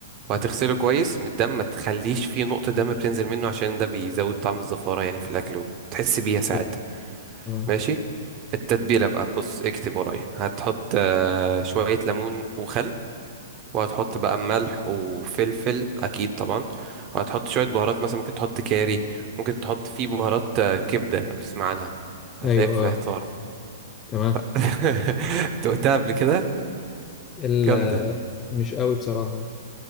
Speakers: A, on the right; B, on the left.
A: وهتغسله كويس من الدم ما تخليش فيه نقطة دم بتنزل منه عشان ده بيزود طعم الزفارة يعني في الأكل وتحس بيها ساعات
B: أوه. تمام
A: ماشي التتبيلة بقى بص اكتب ورايا هتحط آه، شوية ليمون وخل وهتحط بقى ملح وفلفل أكيد طبعا وهتحط شوية بهارات مثلا ممكن تحط كاري ممكن تحط فيه بهارات آه، كبدة لو تسمع عنها هتلاقيها
B: ايوه
A: في العطار
B: اه تمام
A: <laughs> أنت قلتها قبل كده
B: ال
A: جامدة
B: مش قوي بصراحه